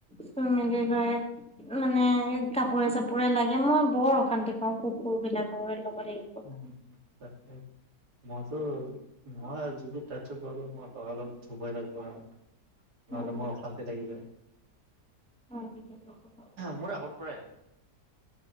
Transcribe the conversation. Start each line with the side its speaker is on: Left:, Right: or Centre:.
Centre: চুই মেলি লৈ মানে কাপোৰে চাপোৰে লাগে মই বৰ অশান্তি পাও কুকুৰ বিলাক লগত এই
Right: উম। তাকেই মইতো মই যেতিয়া টাচো কৰো মই লগালগ ধুবই লাগব হাত নহ'লে
Centre: উম
Right: মো অশান্তি থাকিব যায়।
Centre: <unintelligible>
Right: মোৰ আগৰ পৰাই